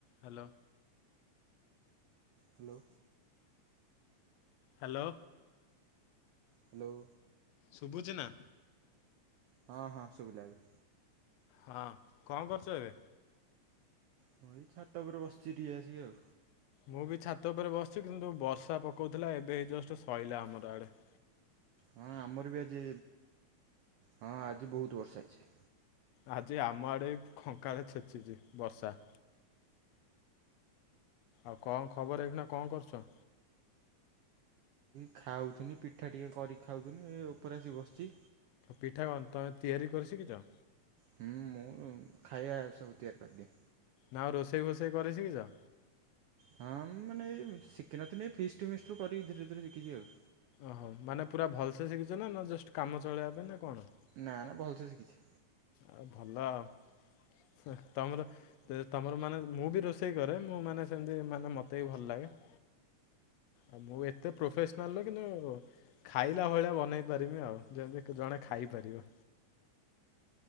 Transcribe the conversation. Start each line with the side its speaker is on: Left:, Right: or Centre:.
Left: Hello.
Right: Hello.
Left: Hello.
Right: Hello.
Left: ଶୁଭୁଛି ନା?
Right: ହଁ ହଁ ଶୁବିଲା ବି।
Left: ହଁ କଣ କରୁଛ ଏବେ?
Right: ମୁଁ ଏଇ ଛାତ ଉପରେ ବସିଛି ଟିକେ ଆସିକି ଆଉ।
Left: ମୁଁ ବି ଛାତ ଉପରେ ବସିଛି କିନ୍ତୁ ବର୍ଷା ପକଉଥିଲା। ଏବେ ଜଷ୍ଟ ଶଇଲା ଆମର ଆଡେ। <inaudible>
Right: ହଁ ଆମର ବି ଆଜି ହଁ ଆଜି ବହୁତ ବର୍ଷା ହେଇଛି।
Left: ଆଜି ଆମ ଆଡ଼େ ଖଙ୍କାଳେ ଛେଚିଛି ବର୍ଷା। ଆଉ କଣ ଖବର ଏଖିଣା କଣ କରୁଚ?
Right: ଖାଉଥିନି ପିଠା ଟିକେ କରିକି ଖାଉଥିନ୍ତିି ଏ ଉପରେ ଆସି ବସିଛି।
Left: ପିଠା କଣ ତମେ ତିଆରି କରି ଶିକିିଛ?
Right: ହୁଁ ମୁଁ ଖାଇବା ସବୁ ତିଆରି କରିଦିଏ।
Left: ନା ଆଉ ରୋଷେଇ ଫୋଷେଇ କରି ଶିକିଛ?
Right: ହଁ ମାନେ ଏଇ ଶିଖିନଥିଲି ଏଇ ଫିଷ୍ଟ ଫିଷ୍ଟ ରୁ କରିକି ଧୀରେ ଧୀରେ ଶିଖିଛି ଆଉ।
Left: ଓହୋ ମାନେ ପୁରା ଭଲସେ ଶିଖିଛ ନା ଜଷ୍ଟ କାମ ଚଳେଇବା ପାଇଁ ନା କଣ?
Right: ନା ନା ଭଲ୍ ସେ ଶିଖିଚି।
Left: ଆଉ ଭଲ ଆଉ ତମର ସେ ତମର ମାନେ ମୁଁ ବି ରୋଷେଇ କରେ ମୁଁ ମାନେ ସେମିତି ମାନେ ମୋତେ ବି ଭଲ ଲାଗେ। ଆଉ ମୁଁ ଏତେ ପ୍ରୋଫେସ୍‌ନାଲ୍ ନୁହେଁ କିନ୍ତୁ ଖାଇଲା ଭଳିଆ ବନେଇ ପାରମି ଆଉ ଯେମିତି ଜଣେ ଖାଇପାରିବ।